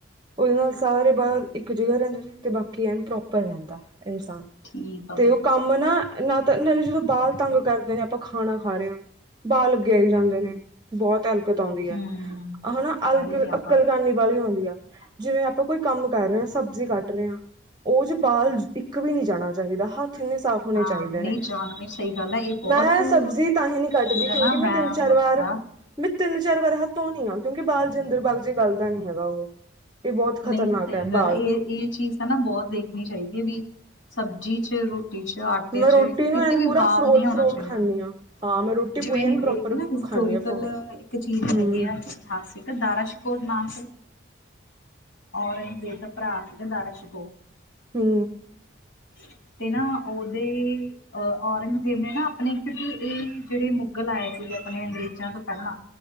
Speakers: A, on the right; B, on the left.
A: ਉਹਦੇ ਨਾਲ ਸਾਰੇ ਬਾਹਰ ਇੱਕ ਜਾ ਰਹਿੰਦੇ ਨੇ ਤੇ ਬਾਕੀ ਐ ਪ੍ਰੋਪਰ ਰਹਿੰਦਾ। ਇਨਸਾਨ
B: ਠੀਕ ਆ
A: ਤੇ
B: ਬਈ।
A: ਉਹ ਕੰਮ ਨਾ ਨਾ, ਨਾਲੇ ਜਦੋਂ ਬਾਲ ਤੰਗ ਕਰਦੇ ਨੇ ਆਪਾਂ ਖਾਣਾ ਖਾ ਰਹੇ ਹਾਂ ਬਾਲ ਅੱਗੇ ਆਈ ਜਾਂਦੇ ਨੇ ਬਹੁਤ ਹੈਲਪ, ਆਦੀ ਹੈ
B: ਹੂੰ
A: ਹਨਾ ਅਲਕ
B: ਬਾਹਲੀ ਜ਼ਿਆਦਾ
A: ਅਕਲਕਾਨੀ ਵਾਲੀ ਆਦੀ ਆ, ਜਿਵੇਂ ਆਪਾਂ ਕੋਈ ਕੰਮ ਕਰ ਰਹੇ ਹਾਂ ਸਬਜ਼ੀ ਕੱਟ ਰਹੇ ਹਾਂ, ਉਹ ਜੇ ਬਾਲ ਇੱਕ ਵੀ ਨਹੀਂ ਜਾਣਾ ਚਾਹੀਦਾ ਹੱਥ ਇੰਨੇ ਸਾਫ਼ ਹੋਣੇ
B: ਹਾਂ
A: ਚਾਹੀਦੇ
B: ਨਹੀਂ
A: ਨੇ
B: ਜਾਣ ਨਹੀਂ ਸਹੀ ਗੱਲ ਹੈ ਇਹ ਬਹੁਤ
A: ਮੈਂ
B: ਇਹਦਾ
A: ਸਬਜ਼ੀ ਤਾਂ ਹੀ ਨੀ ਕੱਟਦੀ ਕਿਉਂਕਿ
B: ਨਾ
A: ਮੈਂ
B: ਵਹਿਮ
A: ਤਿੰਨ ਚਾਰ
B: ਹੁੰਦਾ।
A: ਵਾਰ ਮੈਂ ਤਿੰਨ ਚਾਰ ਵਾਰ ਹੱਥ ਧੋਣੀ ਆ ਕਿਉਂਕਿ ਬਾਲਜਿੰਦਰ ਬਾਗ ਜੀ ਗੱਲ ਦਾ ਨੀ ਹੈਗਾ ਉਹ ਇਹ ਬਹੁਤ ਖ਼ਤਰਨਾਕ
B: ਨਹੀਂ ਸਹੀ
A: ਹੈ
B: ਗੱਲ
A: ਬਾਲ
B: ਇਹ ਇਹ ਚੀਜ਼ ਹੈ ਨਾ ਬਹੁਤ ਦੇਖਣੀ ਚਾਹੀਦੀ ਹੈ ਵੀ ਸਬਜ਼ੀ ਚ ਰੋਟੀ ਚ ਆਟੇ
A: ਮੈਂ
B: ਚ
A: ਰੋਟੀ ਨੂੰ
B: ਕਿਤੇ
A: ਐਨ
B: ਵੀ
A: ਪੂਰਾ
B: ਵਾਲ
A: ਫਰੋਲ
B: ਨਹੀਂ ਹੋਣਾ
A: ਫਰੋਲ
B: ਚਾਹੀਦਾ।
A: ਖਾਂਦੀ ਹਾਂ ਹਾਂ ਮੈਂ ਰੋਟੀ
B: ਜਿਵੇਂ
A: ਪੂਰੀ
B: ਨਾ
A: ਐਨ ਪ੍ਰੋਪਰ
B: ਹਿਸਟੋਰੀਕਲ
A: ਖਾਂਦੀ ਹਾਂ ਫਰੋਲ
B: ਇੱਕ ਚੀਜ਼
A: ਹਮ
B: ਹੈਗੀ ਆ ਇਤਿਹਾਸਿਕ ਦਾਰਾ ਸ਼ਿਕੋਤ ਨਾਮ, ਔਰੰਗਜੇਬ ਦਾ ਭਰਾ ਸੀ ਦਾਰਾ ਸੈਕੋ
A: ਹੂੰ,
B: ਹੂੰ, ਤੇ ਨਾ ਉਹਦੇ ਅਹ ਔਰੰਗਜ਼ੇਬ ਨੇ ਨਾ ਆਪਣੇ ਕਿਉਂਕਿ ਇਹ ਜਿਹੜੇ ਮੁਗਲ ਆਏ ਸੀ। ਆਪਣੇ ਅੰਗਰੇਜ਼ਾਂ ਤੋਂ ਪਹਿਲਾਂ